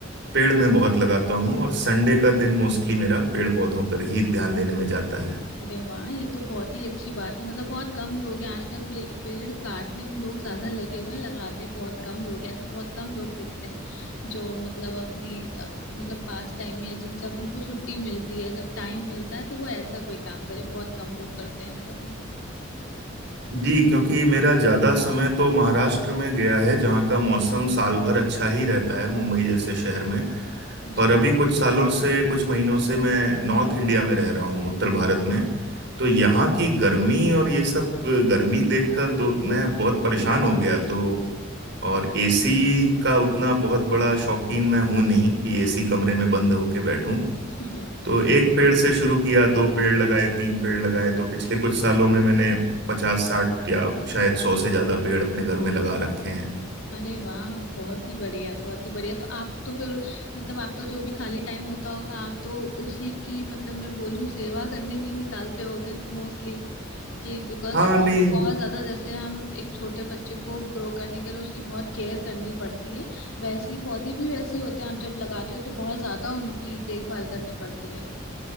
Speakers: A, on the right; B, on the left.
A: पेड़ मैं बहुत लगाता हूँ और संडे का दिन मोस्टली मेरा पेड़ पौधों पर ही ध्यान देने में जाता है
B: अरे वाह ये तो बहुत ही अच्छी बात है मतलब बहुत कम लोग हैं आजकल प्ले- पेड़ काटने में लोग ज्यादा लगे हुए हैं लगाते बहुत कम लोग हैं ऐसे बहुत कम लोग दिखते हैं जो मतलब अपनी अ, मतलब पास टाइम में या जिन जब उनको छुट्टी मिलती है जब टाइम मिलता है तो वो ऐसा कोई काम करे बहुत कम लोग करते हैं ऐसा तो
A: जी क्योंकि मेरा ज़्यादा समय तो महाराष्ट्र में गया है जहाँ का मौसम साल भर अच्छा ही रहता है मुंबई जैसे शहर में
B: जी
A: पर अभी कुछ सालों से कुछ महीनों से मैं नॉर्थ इंडिया में रह रहा हूँ उत्तर भारत में तो यहाँ की गर्मी और ये सब गर्मी देखकर दो मैं बहुत परेशान हो गया तो और एसी का उतना बहुत बड़ा शौकीन मैं हूं नहीं कि एसी कमरे में बंद होके बैठूं
B: <laughs>
A: तो एक पेड़ से शुरू किया दो पेड़ लगाए तीन पेड़ लगाए तो पिछले कुछ सालों में मैंने पचास साठ या शायद सौ से ज्यादा पेड़ अपने घर में लगा रखे हैं
B: अरे वाह बहुत ही बढ़िया बहुत ही बढ़िया तो आप तो फिर मतलब आपका जो भी खाली टाइम होता होगा आप तो उसी की मतलब मैं बोलूं सेवा करने में ही निकालते होगे मोस्टली कि बिकॉज
A: हाँ
B: उसको
A: नहीं
B: बहुत ज्यादा जैसे हम एक छोटे बच्चे को ग्रो करने के लिए उसकी बहुत केयर करनी पड़ती है वैसे ही पौधे भी वैसे ही होते हैं आप जब लगाते हो तो बहुत ज्यादा उनकी देखभाल करनी पड़ती है